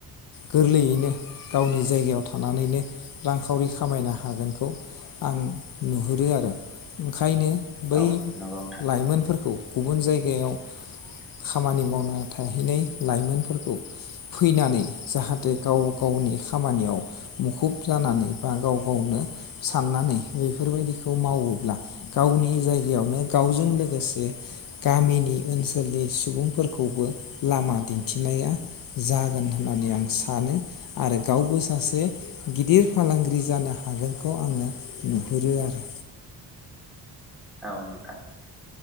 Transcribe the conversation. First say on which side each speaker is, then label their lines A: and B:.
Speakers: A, on the left; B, in the centre.
A: गोरलैयैनो गावनि जायगा गायाव थानानैनो रांखावरि खामायनो हागोनखौ आं नुहुरो आरो ओंखायनो बै
B: औ नंगौ नोंथां
A: लाइमोनफोरखौ गुबुन जाय जायगायाव खामानि मावनो थाहैनाय लाइमोनफोरखौ फैनानै जाहाथे गाव गावनि खामानियाव मुखुब जानानै बा गाव गावनो साननानै बेफोरबायदिखौ मावोब्ला गावनि जायगायावनो गावजों लोगो लोगोसे गामिनि ओनसोल नि सुबुंफोरखौ लामा दिन्थिनाया जागोन होननानै आं सानो आरो गावबो सासे गिदिर फालांगिरि जानो हागोनखौ आङो नुहुरो आरो।
B: औ नोंथां।